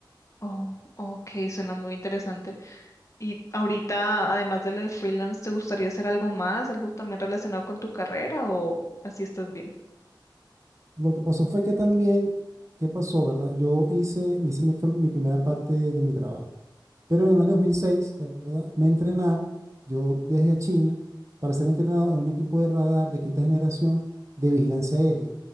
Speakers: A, on the left; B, on the right.
A: Oh, ok, suena muy interesante. Y ahorita, además de lo de freelance, ¿te gustaría hacer algo más? ¿Algo también relacionado con tu carrera o así estás bien?
B: Lo que pasó fue que también, ¿qué pasó, verdad? Yo hice, me hice mi, fue mi primera parte de, de mi trabajo, pero en el año 2006, ¿verdad? Me entrenaron, yo viajé a China para ser entrenado en un equipo de radar de quinta generación de vigilancia aérea.